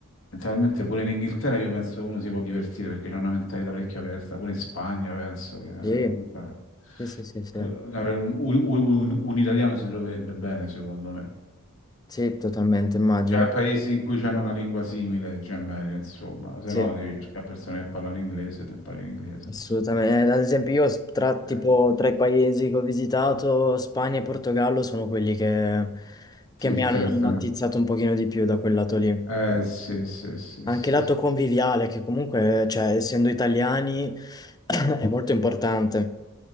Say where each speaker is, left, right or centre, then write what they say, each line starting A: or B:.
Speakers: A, on the left (about 85°); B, on the left (about 20°).
A: Mentalmente pure in Inghilterra io penso uno si può divertire perché c'è una mentalità parecchio aperta, pure in Spagna penso che eh,
B: sì,
A: comunque
B: sì, sì, sì, sì.
A: eh, un, un- un italiano si troverebbe bene secondo me.
B: Sì, totalmente, immagino.
A: Già paesi in cui c'hanno una lingua simile, già è meglio, insomma, se
B: Sì,
A: no devi cercare persone che parlano inglese, e ti impari l'inglese,
B: assolutamente.
A: insomma.
B: Eh, Ad esempio, io s- tra,
A: Eh,
B: tipo, tra i paesi che ho visitato, Spagna e Portogallo sono quelli che, che
A: ti interessano.
B: mi hanno attizzato un pochino di più da quel lato lì.
A: Eh sì, sì, sì,
B: Anche
A: sì,
B: il lato conviviale, che comunque, cioè, essendo italiani, <clears throat> è molto importante.